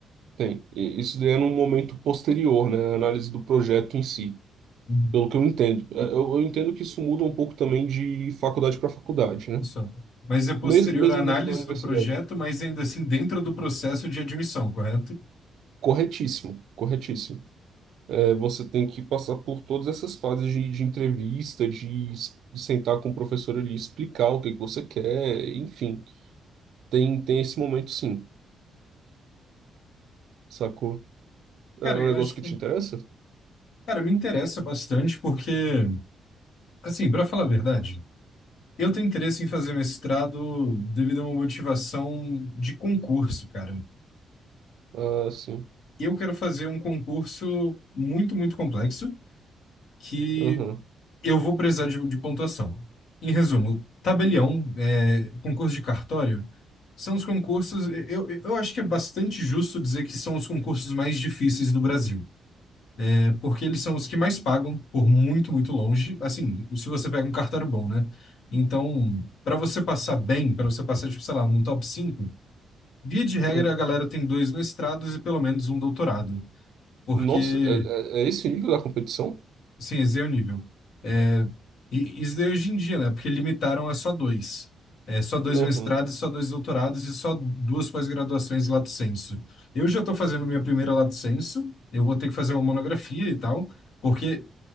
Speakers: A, on the right; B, on the left.
A: tem. E Isso daí é num momento posterior, né? A análise do projeto em si,
B: Uhum.
A: pelo que eu entendo. É, Eu, eu entendo que isso muda um pouco também de faculdade para faculdade, né?
B: Isso. Mas é posterior
A: Mesmo, mesmo
B: à análise
A: dentro da universidade.
B: do projeto, mas ainda assim dentro do processo de admissão, correto?
A: Corretíssimo, corretíssimo. É, você tem que passar por todas essas fases de, de entrevista, de es- de sentar com o professor ali, explicar o que que você quer, enfim. Tem, tem esse momento, sim, sacou? É
B: Cara,
A: um
B: eu
A: negócio
B: acho
A: que
B: que.
A: te interessa?
B: Cara, me interessa bastante porque, assim, para falar a verdade. Eu tenho interesse em fazer mestrado devido a uma motivação de concurso, cara.
A: Ah, sim.
B: Eu quero fazer um concurso muito, muito complexo que
A: Aham.
B: eu vou precisar de, de pontuação. Em resumo, tabelião, é, concurso de cartório, são os concursos. Eu, eu acho que é bastante justo dizer que são os concursos mais difíceis do Brasil, né? Porque eles são os que mais pagam por muito, muito longe. Assim, se você pega um cartório bom, né? Então, para você passar bem, para você passar, tipo, sei lá, num top 5, via de regra
A: Hum.
B: a galera tem dois mestrados e pelo menos um doutorado. Porque
A: Nossa, é, é- é esse o nível da competição?
B: Sim, esse é o nível. É, e isso daí hoje em dia, né? Porque limitaram a só dois. É, só dois
A: Aham.
B: mestrados, só dois doutorados e só duas pós-graduações lato sensu. Eu já estou fazendo minha primeira lato sensu, eu vou ter que fazer uma monografia e tal, porque